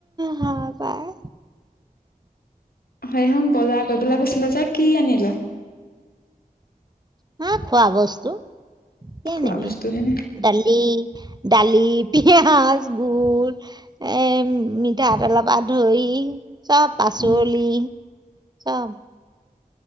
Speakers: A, on the right (about 25°); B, on the left (about 80°).
A: হা পাই।
B: হয় হম বজাৰ কৰিবলৈ গৈছিলে যে কি আনিল। আঁহ।
A: হা খোৱা বস্তু। কি
B: খোৱা
A: আনিবি
B: বস্তু হেনে
A: দালি দালি। পিয়াজ, গুৰ, এ মিঠাতেলৰ পৰা ধৰি। চব পাচলি।
B: উম
A: অ।